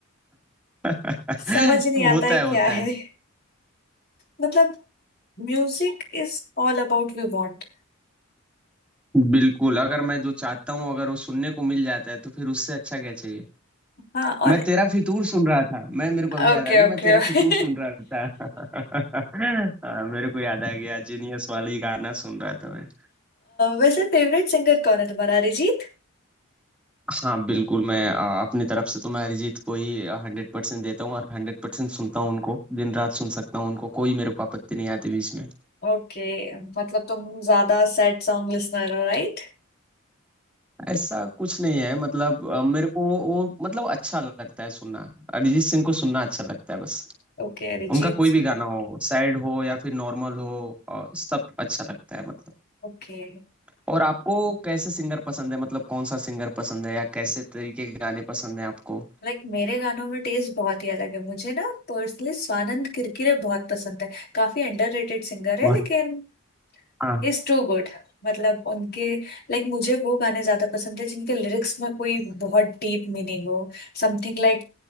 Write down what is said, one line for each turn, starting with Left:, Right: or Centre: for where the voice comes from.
Centre: <laughs> होता
Left: समझ ही नहीं आता है
Centre: है होता
Left: क्या
Centre: है
Left: है <laughs> मतलब music is all about we want
Centre: बिल्कुल अगर मैं जो चाहता हूँ अगर वो सुनने को मिल जाता है तो फिर उससे अच्छा क्या चाहिए
Left: हाँ और
Centre: मैं तेरा फितूर सुन रहा था मैं मेरे को अभी
Left: ओके
Centre: याद आ गया
Left: ओके
Centre: मैं तेरा
Left: <laughs> ओके
Centre: फितूर सुन रहा था <laughs> हाँ, मेरे को याद आ गया जीनियस वाली गाना सुन रहा था मैं
Left: वैसे फेवरेट सिंगर कौन है तुम्हारा अरिजीत
Centre: हाँ बिल्कुल मैं अ, अपनी तरफ से तो मैं अरिजीत को ही हंड्रेड परसेंट देता हूँ और हंड्रेड परसेंट सुनता हूँ उनको दिन रात सुन सकता हूँ उनको कोई मेरे को आपत्ति नहीं आती बीच में
Left: ओके मतलब तुम ज्यादा सैड सॉन्ग लिसनर हो right
Centre: ऐसा कुछ नहीं है मतलब अ, मेरे को वो मतलब अच्छा लगता है सुनना अरिजीत सिंह को सुनना अच्छा लगता है बस
Left: Okay Arijit
Centre: उनका कोई
Left: Singh
Centre: भी गाना हो सैड हो या फिर नॉर्मल हो अ, सब अच्छा लगता है मतलब।
Left: Okay
Centre: और आपको कैसे सिंगर पसंद है मतलब कौन सा सिंगर पसंद है या कैसे तरीके के गाने पसंद है आपको
Left: like मेरे गानों में टेस्ट बहुत ही अलग है मुझे ना पर्सनली स्वानंद किरकिरे बहुत पसंद है काफी अंडररेटेड सिंगर है
Centre: वाह।
Left: लेकिन
Centre: हाँ
Left: इज टू गुड मतलब उनके लाइक मुझे वो गाने ज्यादा पसंद है जिनके लिरिक्स में कोई बहुत डीप मीनिंग हो Something like